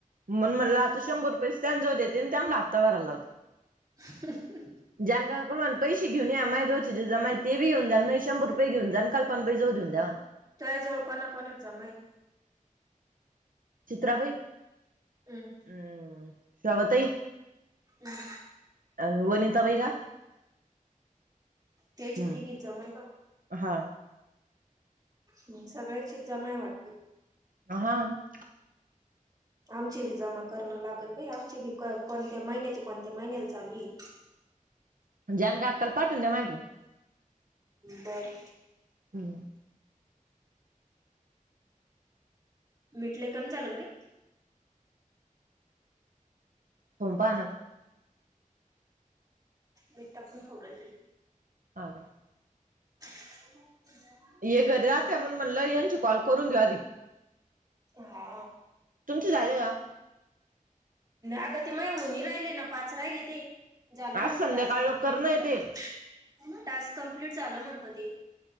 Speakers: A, on the right; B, on the right.
A: म्हणूंन म्हटलं आंता शंभर रुपये त्यां जवळं देते आणि त्यांना हप्ता भरांयला लावते
B: ह <unintelligible>
A: जानका काकु मला पैसे घेऊन या, माझ्या जवळचे जे जमा आहे ते बी घेऊन जा, आणि माझे शंभर रुपये घेऊन जा. कल्पना बाईं जवळ देऊ द्या मला.
B: तुझ्या जवळ कोणाना कोणात जमा आहे?
A: चित्राबाई
B: हम.
A: हम्म, श्रावतई
B: हम्म
A: अन वनिताबाई का?
B: तेची
A: हम्म
B: तीगी जमय का?
A: हा.
B: ह सगळ्याची जमा आहे वाटते.
A: ह हा <unintelligible>
B: आमचे बी जमा करणं लागल बाई, आमचे बी कोणत्या महिन्याचे, कोणत्या महिन्याला चालू.
A: जान काकुला पाटून द्या मायकडे.
B: बरं.
A: हम्म.
B: मिठले कमी झालं घरीे
A: करून पाहा ना.
B: मीट टाकून खाऊ घालती ती.
A: ह का?
B: <inaudible>
A: हे घरी राहत्या म्हणून म्हणलं, यांची कॉल करून घे आधी.
B: हा.
A: तुमचं झालंय का?
B: आता ते माय होऊ नाही राहिले ना, पाच राहिले ते. झालं
A: आज
B: मझ
A: संध्याकाळ
B: टास्क कमप्लीट.
A: लोक करणं येते
B: टास्क कमप्लीट झाल म्हणत ते.